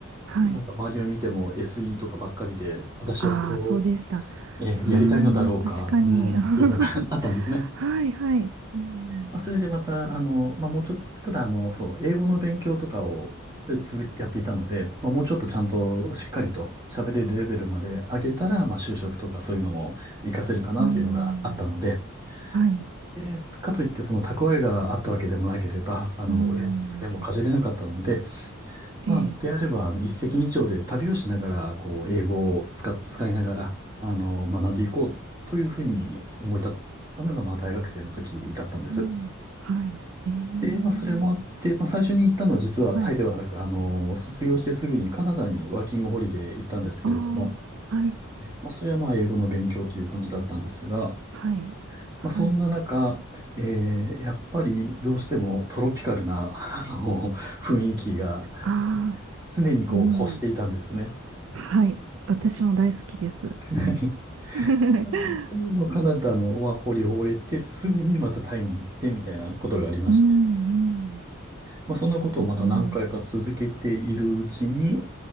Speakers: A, on the right; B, on the right.
A: はい。
B: まあ、なんか周りを見ても SE とかばっかりで、私はそれを
A: ああ、そうでした。あ
B: えーやりたいのだろうか、
A: あ、確かに。
B: うーん、
A: <laughs>
B: っていうのが <laughs> あったんですね。
A: はい、はい。うん
B: まあ、それでまた、あの、まあ、もうちょっと、ただ、あの、そう、英語の勉強とかをえ続き、やっていたので、まあ、もうちょっとちゃんとしっかりと喋れるレベルまで上げたら、まあ、就職とかそういうのも活かせるかなというのがあったので、
A: うん。はい。
B: えーかといって、その蓄えがあったわけでもなければ、あの、
A: うん。
B: 親にですね、もうかじれなかったので、
A: ええ。
B: まあ、であれば、あの一石二鳥で旅をしながら、こう、英語を使っ、使いながら、あの、学んでいこうというふうに思い立ったのが、まあ、大学生の時だったんです。
A: うん。はい。ええ。
B: で、まあ、それもあって、まあ、最初に行ったのは実はタイではなく、
A: はい。
B: あの、卒業してすぐにカナダにワーキングホリデー行ったんですけれども、
A: ああ。はい。
B: えまあ、それはまあ、英語の勉強という感じだったんですが、
A: はい。はい。
B: まあ、そんな中、えーやっぱりどうしてもトロピカルな、あの、雰囲気が
A: ああ。
B: 常にこう、
A: うん。
B: 欲していたんですね。
A: はい。私も大好きです。
B: <laughs>
A: はい。<laughs>
B: そこカナダのまあ捕虜を終えて、すぐにまたタイに行ってみたいなことがありまして。
A: うん。うん。
B: まあ、そんなことをまた何回か続けているうちに、
A: なるほど。